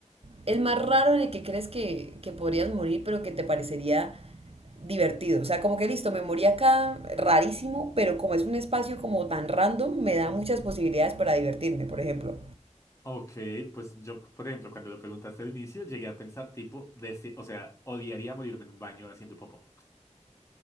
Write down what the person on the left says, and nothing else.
Ok, pues yo, por ejemplo, cuando lo preguntaste al inicio, llegué a pensar tipo, desde, o sea, odiaría morirme en un baño haciendo popó.